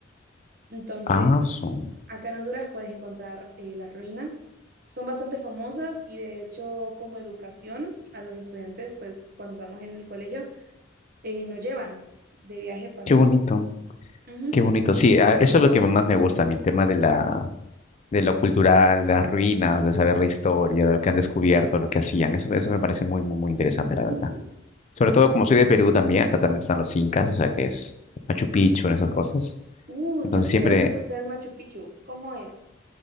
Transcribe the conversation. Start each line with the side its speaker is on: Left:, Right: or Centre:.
Right: Entonces,
Left: Ah, su-
Right: acá en Honduras puedes encontrar eh, las ruinas. Son bastante famosas y de hecho como educación a los estudiantes, pues cuando estamos en el colegio, eh, nos llevan de viaje para
Left: qué
Right: allá.
Left: bonito,
Right: Ujú,
Left: qué bonito. Sí, ah, eso es lo que más me gusta a mí, el tema de la de lo cultural, las ruinas, de saber la historia, de lo que han descubierto, lo que hacían. Eso, eso me parece muy, muy, muy interesante, la verdad.
Right: ujú.
Left: Sobre todo como soy de Perú también, acá también están los incas, o sea que es Machu Picchu, en esas cosas.
Right: Uh,
Left: Entonces
Right: yo quisiera
Left: siempre,
Right: conocer Machu Picchu. ¿Cómo es?